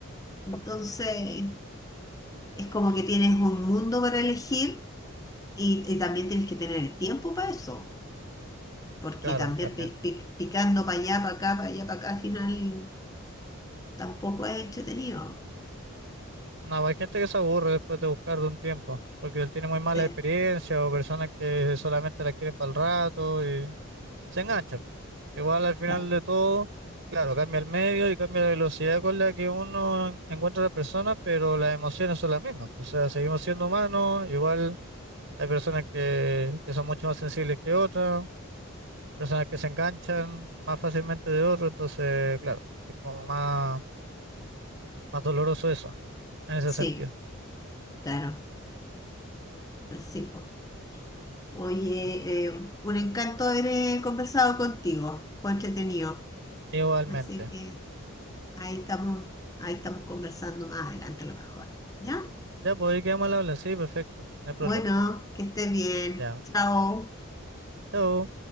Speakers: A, on the left; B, on the right.
A: Entonces... Es como que tienes un mundo para elegir y, y también tienes que tener el tiempo para eso, porque
B: claro,
A: también
B: también.
A: pi- pi- picando para allá, para acá, para allá, para acá, al final tampoco es entretenido.
B: No, hay gente que se aburre después de buscar de un tiempo, porque él tiene muy mala
A: Sí,
B: experiencia o personas que solamente la quieren para el rato y... se engancha. Igual al final
A: claro.
B: de todo, claro, cambia el medio y cambia la velocidad con la que uno en- encuentra a la persona, pero las emociones son las mismas. O sea, seguimos siendo humanos, igual hay personas que, que son mucho más sensibles que otras, personas que se enganchan más fácilmente de otros, entonces, claro, es como más, más doloroso eso, en ese
A: Sí,
B: sentido.
A: claro. Sí, pues. Oye,
B: Ujú.
A: eh, un encanto haber eh, conversado contigo, fue entretenido.
B: Igualmente.
A: Así que ahí estamos, ahí estamos conversando más adelante a lo mejor. ¿Ya?
B: Ya, pues ahí quedamos al habla, sí, perfecto, no hay problema.
A: Bueno, que estés bien.
B: Ya,
A: Chao.
B: chao.